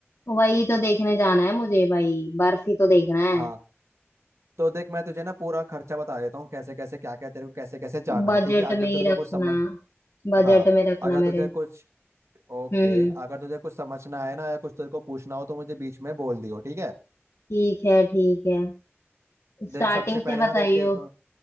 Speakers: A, on the left; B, on the right.
A: वही तो देखने जाना है मुझे भाई बर्फी तो देखना है
B: हाँ तो देख मैं तुझे ना पूरा खर्चा बता देता हूँ कैसे कैसे क्या क्या तेरे को कैसे कैसे जाना
A: बजट
B: है ठीक है अगर
A: में ही
B: तेरे को
A: रखना
B: कुछ समझ
A: बजट
B: हाँ
A: में रखना
B: अगर
A: मेरे
B: तुझे कुछ ओके
A: हम्म हम्म,
B: अगर तुझे कुछ समझना है ना या कुछ तेरे को पूछना हो तो मुझे बीच में बोल दियो ठीक है
A: ठीक है ठीक है स्टार्टिंग
B: देख सबसे पहले
A: से
B: ना
A: बताइयो
B: देख तेरे को